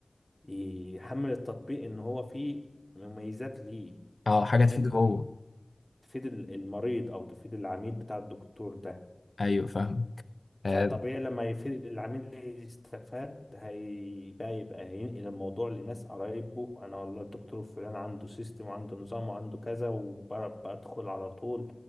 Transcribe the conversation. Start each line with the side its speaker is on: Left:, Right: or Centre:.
Centre: يحمل التطبيق ان هو فيه مميزات ليه
Left: اه حاجة
Centre: فاهم
Left: تفيد هو
Centre: تفيد ال- المريض او تفيد العميل بتاع الدكتور ده
Left: ايوه فاهمك آه،
Centre: فطبيعي لما يفيد العميل يستفاد هيبقى يبقى هينقل الموضوع لناس قرايبه انا والله الدكتور فلان عنده سيستم وعنده نظام وعنده كذا وبدخل على طول